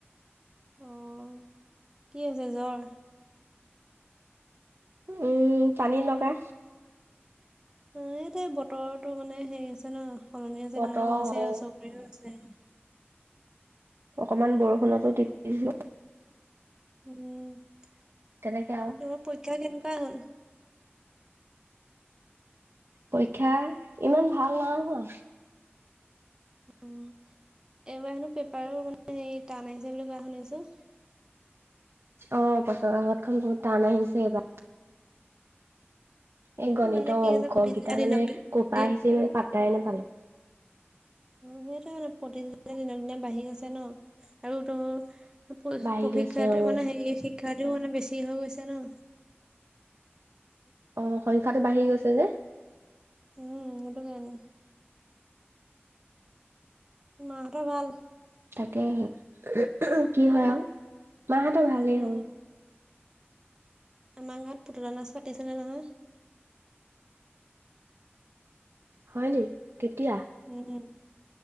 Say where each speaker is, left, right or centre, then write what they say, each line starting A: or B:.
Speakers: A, on the right (about 15°); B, on the right (about 65°).
A: অ', কি হৈছে জ্বৰ।
B: উম পানী লগা।
A: এইতে বতৰো মানে হেৰি আছে ন সলনি আছে
B: বতৰ
A: সেকাৰণে হৈছে
B: অ'
A: আৰু চব পিনে হৈছে।
B: অকনমান বৰষুণতো তিতিছো।
A: উম, তোমাৰ
B: তেনেকে আৰু।
A: পৰীক্ষা কেনেকুৱা হ'ল?
B: পৰীক্ষা, ইমান ভাল নাই হোৱা।
A: অ' এইবাৰ হেনো পেপাৰো মানে হেৰি টান আহিছে বুলি কোৱা শুনিছো?
B: অ' পেপাৰ কাকতখন বহুত টান আহিছে এইবাৰ। এই গণিতৰ
A: মানে কি
B: অংককেইটা
A: হৈছে প্ৰতিযোগিতা দিনক
B: মানে ক'ৰপা
A: দিন
B: আহিছে ইমান পাত্তাই নোপালো।
A: অ' সেইটো মানে প্ৰতিযোগিতা দিনক দিনে বাঢ়ি গৈছে ন, আৰু তোৰ
B: বাঢ়ি
A: প্ৰশিক্ষাৰ্থী
B: গৈছে অ'।
A: মানে হে শিক্ষাৰ্থীও মানে বেছি হৈ গৈছে ন।
B: অ' সংখ্যাটো বাঢ়ি গৈছে যে।
A: উম! সেইটো কাৰণে। মাহঁতৰ ভাল?
B: তাকেহে, <unintelligible> কি হয় আৰু। মাহঁতৰ ভালেই
A: উম!
B: অ'।
A: আমাৰ গাঁৱত পুতলা নাচ পাতিছিলে নে নহয়।
B: হয় নি। কেতিয়া?
A: উম-উম।